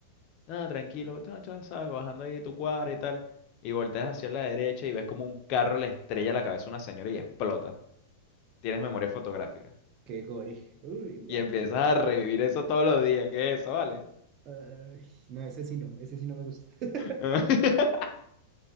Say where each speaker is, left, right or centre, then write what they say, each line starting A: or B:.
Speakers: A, on the left; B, on the right.
A: ah, tranquilo, cha, cha, sabes, bajando ahí tu cuadra y tal, y volteas hacia la derecha y ves como un carro le estrella la cabeza a una señora y explota. Tienes memoria fotográfica.
B: qué gore. Uy, what.
A: Y empiezas a revivir eso todos los días. ¿Qué es eso, vale?
B: Ay, no, ese sí no, ese sí no me gusta. <laughs>
A: <laughs>